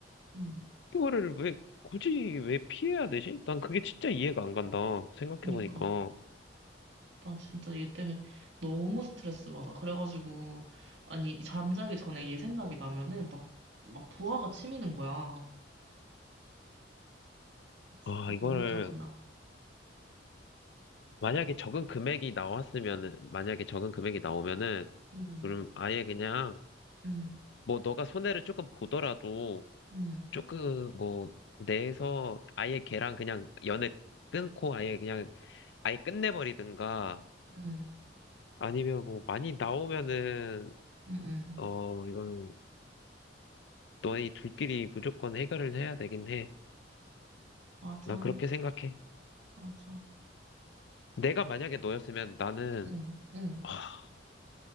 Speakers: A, on the right; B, on the left.
A: 음,
B: 이거를 왜 굳이 왜 피해야 되지? 난 그게 진짜 이해가 안 간다 생각해보니까
A: 그니까. 난 진짜 얘 때문에 너무 스트레스 받아. 그래가지고, 아니, 잠자기 전에 얘 생각이 나면은 막, 막 부하가 치미는 거야. 진짜
B: 아 이거를
A: 너무 짜증나.
B: 만약에 적은 금액이 나왔으면은 만약에 적은 금액이 나오면은
A: 응
B: 그럼 아예 그냥
A: 응
B: 뭐 너가 손해를 조금 보더라도
A: 응
B: 조금 뭐 내에서 아예 걔랑 그냥 연애 끊고 아예 그냥 아예 끝내버리든가
A: 응
B: 아니면 뭐 많이 나오면은
A: 응 응
B: 어 이건 너희 둘끼리 무조건 해결을 해야 되긴 해.
A: 맞아,
B: 난 그렇게 생각해.
A: 맞아.
B: 내가 만약에 너였으면 나는
A: 응, 응,
B: 아,